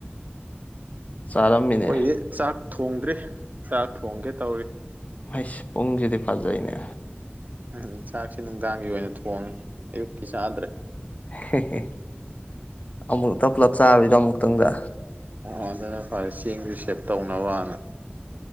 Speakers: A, on the left; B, on the right.
A: ꯆꯥꯔꯝꯃꯤꯅꯦ
B: ꯈꯣꯏꯗꯤ ꯆꯥꯛ ꯊꯣꯡꯗ꯭ꯔꯤ ꯆꯥꯛ ꯊꯣꯡꯒꯦ ꯇꯧꯔꯤ
A: ꯍꯥꯏꯁ ꯄꯨꯡꯁꯤꯗꯤ ꯐꯖꯩꯅꯦ
B: ꯎꯝ ꯆꯥꯛꯁꯤ ꯅꯨꯡꯗꯥꯡꯒꯤ ꯑꯣꯏꯅ ꯊꯣꯡꯉꯤ ꯑꯌꯨꯛꯀꯤ ꯆꯥꯗ꯭ꯔꯦ
A: ꯍꯦꯍꯦ ꯑꯃꯨꯛꯇ ꯄꯨꯂꯞ ꯆꯥꯔꯤꯗ ꯑꯃꯨꯛꯇꯪꯗ
B: ꯑꯣ ꯑꯗꯨꯅ ꯐꯔꯦ ꯆꯦꯡꯁꯨ ꯁꯦꯞ ꯇꯧꯅꯕꯅ